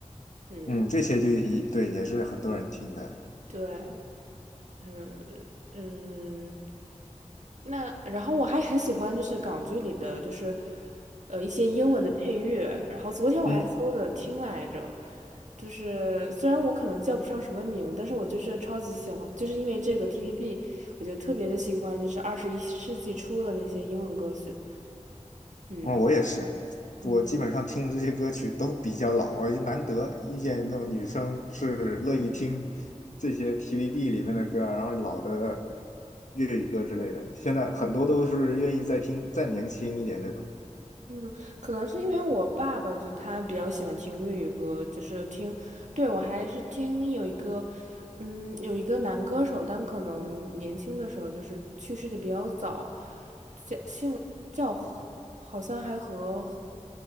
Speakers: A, on the right (about 70°); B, on the left (about 80°).
A: 嗯，
B: 嗯，这些就一对也是很多人听的。
A: 对。嗯嗯，那然后我还很喜欢就是港剧里的就是呃一些英文的配乐，然后昨天我还搜的听来着，
B: 嗯。
A: 就是虽然我可能叫不上什么名，但是我就是超级喜欢，就是因为这个 TVB，我就特别的喜欢就是二十一世纪初的那些英文歌曲，嗯
B: 嗯，我也是，
A: 嗯。
B: 我基本上听的这些歌曲都比较老，我就难得遇见那种女生是乐意听这些 TVB 里面的歌啊然后老的粤语歌之类的。现在很多都是愿意再听再年轻一点这种。
A: 嗯，可能是因为我爸爸就他比较喜欢听粤语歌，就是听，对，我还是听有一个，嗯，有一个男歌手，但可能年轻的时候就是去世的比较早，叫姓叫何好像还和